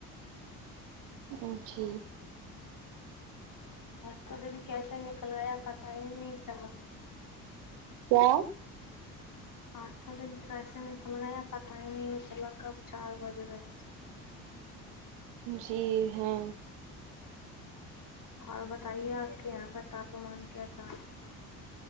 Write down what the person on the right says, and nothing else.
ا جی
کیا
جی ہاں